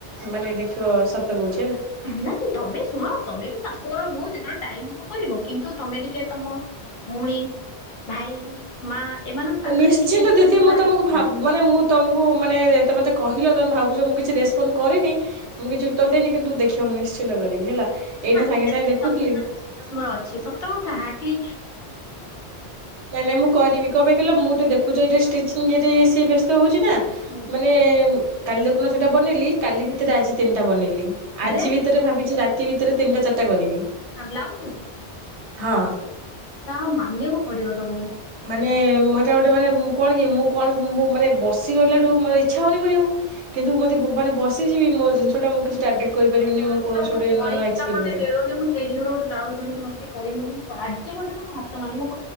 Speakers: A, on the right; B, on the left.
A: ମାନେ ଦେଖିବ ସତ କହୁଛି ହେଲା।
B: ନା ତମେ ଶୁଣ ତମେ ବି ଶାଶୁଘର ବୋହୂ ଯେତେବେଳେ ଟାଇମ ହବ କରିବ କିନ୍ତୁ ତମେ ଟିକେ ତମ ଭଉଣୀ ଭାଇ ମା ଏମାନଙ୍କ ପାଖରେ
A: ନିଶ୍ଚିନ୍ତ
B: ଟିକେ ସବସ୍କ୍ରାଇବ
A: ଦିଦି ମୁଁ ତମକୁ
B: ପଢା।
A: ଭାବ ମାନେ ମୁଁ ତମକୁ ମାନେ ତମେତ କହିଲ ତମେ ଭାବୁଛ ମୁଁ କିଛି ରେସପଣ୍ଡ କରିନି ମୁଁ କିଛି ଉତ୍ତର ଦେଇନି କିନ୍ତୁ ଦେଖିବ ମୁଁ ନିଶ୍ଚିନ୍ତ କରିବି ହେଲା।
B: ନିହାତି
A: ଏଇନା ସାଙ୍ଗେ
B: ସେତିକି
A: ସାଙ୍ଗେ ଦେଖୁଥିଲି
B: ତମ ଉପରେ ବିଶ୍ଵାସ ମୋର ଅଛି ସତ କଥା ହା ଟି
A: ନାଇଁ ନାଇଁ ମୁଁ କରିବି କଣ ପାଇଁ କହିଲ ମୁଁ ତ ଦେଖୁଛ ଏଇ ଷ୍ଟିଚି ଇଏରେ ସେ ବ୍ୟସ୍ତ ହଉ ଚି ନା
B: ହୁଁ।
A: ମାନେ କାଲି ଦେଖୁନ ସେଇଟା ବନେଇଲି କାଲି ଭିତରେ ଆଜି ତିନଟା ବନେଇଲି।
B: ଡ୍ରେସ୍
A: ଆଜି ଭିତରେ ଭାବିଛି ରା ତି ଭିତରେ ତିିନିଟା ଚାରିଟା କରିବି।
B: ନା ବ୍ଲାଉଜୁ?
A: ହଁ।
B: ହଉ ମାନିବାକୁ ପଡିବ ତମୁକୁ।
A: ମାନେ ସେଟା ଗୋଟେ ମାନେ କଣ କି ମୁଁ କଣ ମୁଁ ମୁଁ ମାନେ ବସି ରହିଲାଠୁ ମୋର ଇଚ୍ଛା ହଉନି କରିବାକୁ, କିନ୍ତୁ ମୁଁ ଯଦି ବ ମାନେ ବସିଯିବି ମୋ ଜିନିଷଟା ମୁଁ କିଛି ଟାର୍ଗେଟ କରିପାରିବିନି
B: ତମେ ଜଣିଛ
A: ମୋର କୌଣସି
B: ଆମ
A: ଗୋଟେ
B: କଇଚିଟା
A: ନୂଆ ନୂଆ ଏକ୍ସପେରିମେଣ୍ଟ।
B: ମତେ ମିଳୁନି ମୁଁ ସେଇ ଦିନରୁ ଗୋଟେ ବ୍ଲାଉଜ ଧରିକି ବସିିବୁନି। ଆଜି ପର୍ଯ୍ୟନ ମୁଁ ହାତ ମାରିନି।